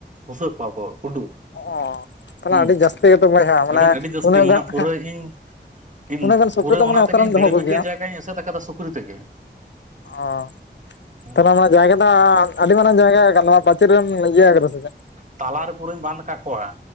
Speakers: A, on the right; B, on the left.
A: ᱵᱩᱥᱟᱹᱜ ᱠᱚᱣᱟ ᱠᱚ ᱠᱩᱰᱩ᱾
B: ᱚᱻ ᱛᱟᱞᱦᱮ
A: ᱦᱩᱸ
B: ᱟᱹᱰᱤ ᱡᱟᱹᱥᱛᱤ ᱜᱮ ᱛᱚ ᱵᱚᱭᱦᱟ ᱢᱟᱱᱮ
A: ᱟᱹᱰᱤ ᱟᱹᱰᱤ ᱡᱟᱹᱥᱛᱤ
B: ᱩᱱᱟᱹᱜ
A: ᱢᱟᱱᱮ
B: ᱫᱚ
A: ᱯᱩᱨᱟᱹ
B: ᱦᱮᱸ
A: ᱤᱧ ᱤᱧ
B: ᱩᱱᱟᱹᱜ ᱜᱟᱱ ᱥᱩᱠᱨᱤ
A: ᱯᱩᱨᱟᱹ ᱚᱱᱟ
B: ᱚᱠᱟᱨᱮᱢ
A: ᱛᱮ ᱜᱮ ᱤᱧ
B: ᱫᱚᱦᱚ
A: ᱫᱮᱲ
B: ᱠᱚᱜᱮᱭᱟ
A: ᱵᱤᱜᱷᱟᱹ ᱡᱟᱭᱜᱟᱧ ᱮᱥᱮᱫ ᱟᱠᱟᱫᱟ ᱥᱩᱠᱨᱤ ᱛᱮᱜᱮ᱾
B: ᱚ
A: ᱦᱮᱸ
B: ᱛᱟᱞᱦᱮ ᱢᱟᱱᱮ ᱡᱟᱭᱜᱟ ᱴᱟᱜ ᱟᱹᱰᱤ ᱢᱟᱨᱟᱝ ᱡᱟᱭᱜᱟ ᱠᱟ ᱱᱚᱣᱟ ᱯᱟᱪᱤᱨ ᱮᱢ ᱤᱭᱟᱹ ᱠᱟᱫᱟ ᱥᱮ ᱪᱮᱫ?
A: ᱛᱟᱞᱟ ᱨᱮ ᱯᱩᱨᱟᱹᱧ ᱵᱟᱸᱫ ᱟᱠᱟᱫ ᱠᱚᱣᱟ᱾